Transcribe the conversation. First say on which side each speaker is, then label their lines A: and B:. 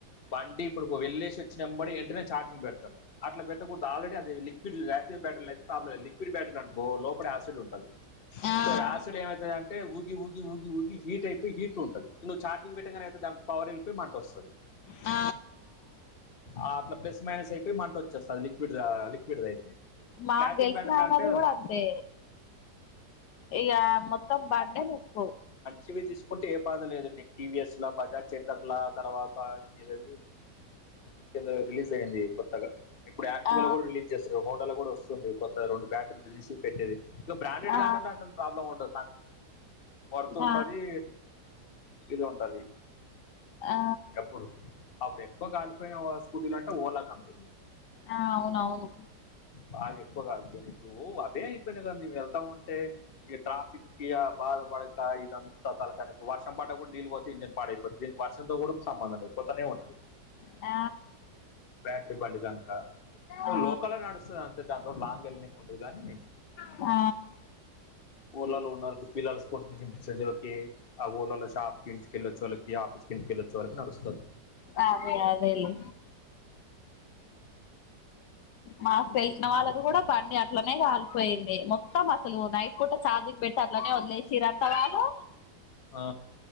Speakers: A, on the left; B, on the left.
A: బండి ఇప్పుడు వెళ్ళేసి వచ్చినంబడి వెంటనే ఛార్జింగ్ పెడతారు అట్లా పెట్టకుండాదు ఆల్రడీది లిక్విడ్ తీయ బ్యాటరీ అయితే లిక్విడ్ బ్యాటరీ అనుకో లోపడ లిక్విడ్ ఉంటది
B: ఆ
A: సో యాసిడ్ ఏమవుతుంది అంటే ఊగి ఊగి ఊగి ఊగి హీట్ అయిపోయి హీట్ లో ఉంటుంది నువ్వు ఛార్జింగ్ పెట్టటంగానే అవుతుంది పవర్ వెళ్ళిపొయి మంట వస్తుంది
B: ఆ
A: ఆ అట్లా ప్లస్ మైనస్ అయిపోయి మంట వచ్చేస్తుది లిక్విడ్ లిక్విడ్ది అయితే
B: మాకు
A: ప్లాటియం
B: తెలిసిన
A: బ్యాటరీలు
B: ఆయనది
A: అంటే
B: కూడా అంతే ఇగా మొత్తం బండె నేకు
A: సివిల్ తీసుకుంటే ఏ బాధ లేదు మీకు టీవీఎస్ ల బజాజ్ చేతర్ ల తర్వాత ఇంకది ఇంకేదో రిలీజ్ అయింది కొత్తగా ఇప్పుడు యాక్టివ్
B: ఆ
A: లో కూడా రిలీజ్ జస్ట్ రోమోట్ ల కూడా వస్తుంది కొత్త రెండు బ్యాటరీ తీసి పెట్టేది ఇక బ్రాండెడ్
B: ఆ
A: దాంట్లో ఏం ప్రాబ్లం ఉండదు వర్తు ఉంటది
B: ఆ
A: ఇది ఉంటది
B: ఆ
A: ఎప్పుడు అప్పుడు ఎక్కువ కాలిపోయిన స్కూటీలు అంటే ఓలా కంపెనీ
B: ఆ అవునవును
A: బాగా ఎక్కువగాలికపోయిన నీకు అదే అయిపోయినాయి కదా మేము వెళ్తా ఉంటే ఇక ట్రాఫిక్ కి బా బాక ఇదంత తలకయా నొప్పి వర్షం పడ్డ కూడా నిల్వ నేను పాడైపోతుంది దీని వర్షంతో కూడా సంబంధం లేదు పోతనే ఉంటది
B: ఆ
A: బ్యాటరీ బండ్ దానికా
B: ఆ
A: లోకలే నడుస్తుంది అంతే దాని తోని లాంగ్ వెళ్ళనీకి ఉండదు గాని
B: ఆ
A: ఓర్లల్లో వున్నోళ్ళకి పిల్లలు స్కూల్ కి దింపియ్యడానికి ఆ ఊర్లలో షాప్ కి కెల్లోచె వాళ్ళకి ఆఫీస్ కి ఇంటికి వెళ్ళొచ్చా వాళ్ళకి నడుస్తుంది
B: అదే అదెలే మాకు తెలిసిన
A: ఇంకా
B: వాళ్ళది కూడా బండి అట్ల అట్లనే కాలిపోయింది మొత్తం అసలు నైట్ పూట ఛార్జింగ్ పెట్టి అట్లనే వదిలేసిరూ అంట వాళ్ళు
A: ఆ